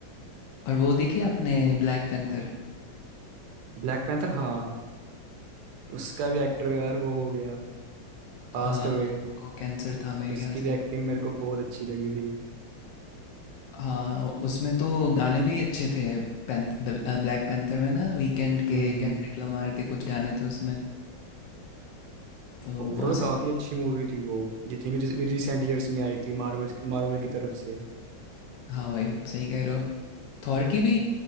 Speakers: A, on the left; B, on the right.
A: और वो देखी आपने ब्लैक पैंथर
B: ब्लैक पैंथर हाँ उसका भी एक्टर यार वो हो गया पास्ट
A: हाँ
B: अवे
A: को कैंसर था मेरे
B: उसकी
A: ख्याल
B: भी
A: से
B: एक्टिंग मेरे को बहुत अच्छी लगी थी
A: हाँ उसमें तो गाने भी अच्छे थे पैंथ बल- अ, ब्लैक पैंथर में ना वीकेंड
B: हम्म
A: के केंड्रिक लमार के कुछ गाने थे उसमें तो
B: ओवरऑल
A: बहुत सही
B: काफी अच्छी मूवी थी वो जितनी भी रिस- रिसेंट ईयर्स में आई थी मार्वल मार्वल की तरफ से
A: हाँ भाई सही कह रहे हो थॉर की भी